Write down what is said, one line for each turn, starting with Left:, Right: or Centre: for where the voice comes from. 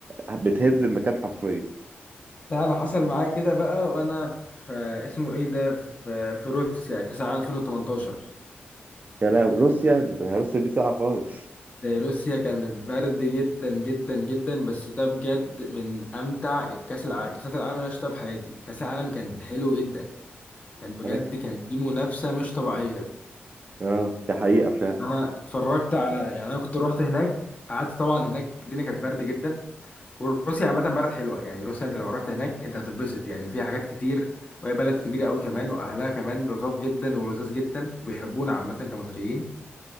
Right: بتهز المكان حرفيا
Left: لا انا حصل معايا كده بقى وانا في اسمه ايه ده في في روسيا كأس العالم 2018
Right: يا لا روسيا روسيا دي ساعه خالص
Left: ده روسيا كانت برد جدا جدا جدا بس ده بجد من امتع الكاس العالم كاسات العالم اللي انا شفتها في حياتي كاس العالم كان حلو جدا كان بجد
Right: انا ك-
Left: كان في منافسة مش طبيعية
Right: اه دي حقيقه فعلا
Left: انا اتفرجت على يعني انا كنت روحت هناك قعدت طبعا هناك الدنيا كانت برد جدا وروسيا عامه بلد حلوه يعني روسيا انت لو رحت هناك انت هتتبسط يعني فيها حاجات كتير وهي بلد كبيره قوي كمان واهلها كمان لطاف جدا ولذاذ جدا وبيحبونا عامه كمصريين